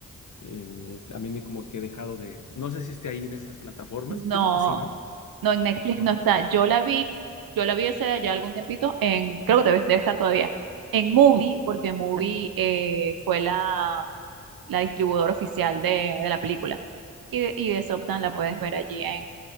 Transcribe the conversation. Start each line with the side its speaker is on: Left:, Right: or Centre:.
Left: eh, también he como que he dejado de, no sé si esté ahí en esas plataformas,
Right: no,
Left: yo creo que sí, ¿no?
Right: no en Netflix
Left: No.
Right: no está. Yo la vi, yo la vi hace ya algún tiempito en, creo que debe, debe estar todavía, en Movie, porque Movie eh, fue la la distribuidora oficial de, de la película. Y, de- y de Desoptan la puedes ver allí en,